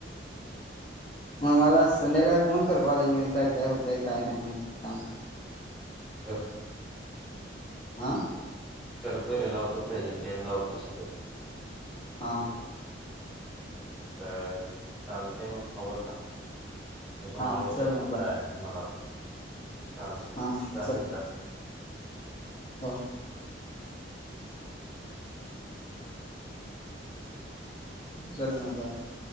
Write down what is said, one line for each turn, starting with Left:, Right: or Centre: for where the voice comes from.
Left: मग मला संध्याकाळी फोन कर कॉलेजमध्ये काय-काय होतय काय नाही सांग.
Centre: चर से
Left: आं
Centre: करतो रे लावतो प्रेझेंटी आणि लावतो सगळं.
Left: हा.
Centre: हम्म बरं चालते मग आवरचा मी पण
Left: हा
Centre: आवरतो
Left: चल मग बाय
Centre: जा. मला पण चालतं
Left: हा
Centre: दा
Left: चल
Centre: आहेस का?
Left: हो चल मग बाय.